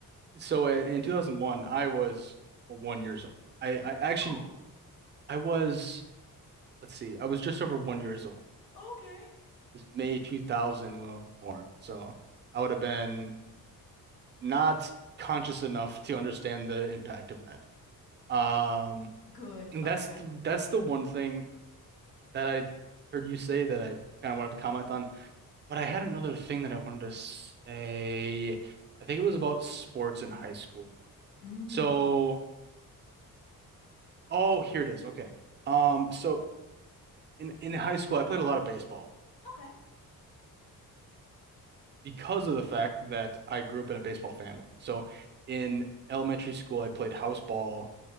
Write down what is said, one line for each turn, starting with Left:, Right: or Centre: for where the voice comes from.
Right: So i- in 2001, I was one years old. I, I actually
Left: Oh,
Right: I was let's see, I was just over one years old.
Left: okay.
Right: It's May 2000 when I was born. So I would have been not conscious enough to understand the impact of that. Um,
Left: Good.
Right: and
Left: Okay.
Right: that's the, that's the one thing that I heard you say that I kind of wanted to comment on. But I had another thing that I wanted to say. I think it was about sports in high school.
Left: Mm.
Right: So, oh, here it is. Okay. Um, so in in high school, I played a lot of baseball
Left: Okay.
Right: because of the fact that I grew up in a baseball family. So in elementary school, I played house ball